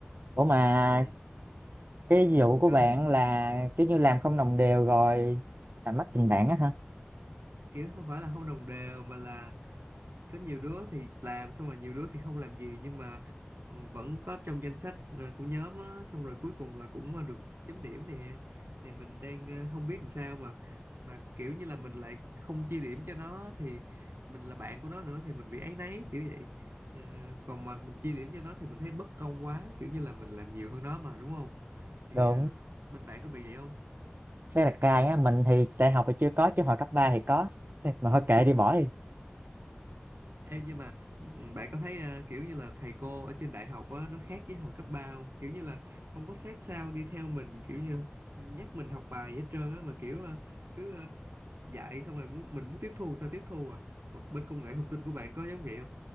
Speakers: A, on the right (about 60°); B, on the right (about 85°).
A: ủa mà
B: ừ
A: cái vụ của
B: sao
A: bạn là kiểu như làm không đồng đều rồi làm mất tình bạn á hả
B: kiểu không phải là không đồng đều mà là có nhiều đứa thì làm xong rồi nhiều đứa thì không làm gì nhưng mà ừ, vẫn có trong danh sách ờ, của nhóm á, xong rồi cuối cùng là cũng ờ, được chấm điểm nè thì mình đang ờ, không biết làm sao mà mà kiểu như là mình lại không chia điểm cho nó thì mình là bạn của nó nữa thì mình bị áy náy kiểu vậy Ờ, còn mà mình chia điểm cho nó thì mình thấy bất công quá kiểu như là mình làm nhiều hơn nó mà đúng không thì
A: được
B: ờ, bên bạn có bị vậy không
A: Xe đặt cài á mình thì đại học thì chưa có chứ hồi cấp 3 thì có Thì mà thôi kệ đi bỏ đi
B: Ê, nhưng mà ừm, bạn có thấy à, kiểu như là thầy cô ở trên đại học á, nó khác với hồi cấp ba không? Kiểu như là không có sát sao đi theo mình kiểu như nhắc mình học bài gì hết trơn á mà kiểu à, cứ à, dạy xong rồi muốn mình muốn tiếp thu sao tiếp thu à? Còn bên công nghệ thông tin của bạn có giống vậy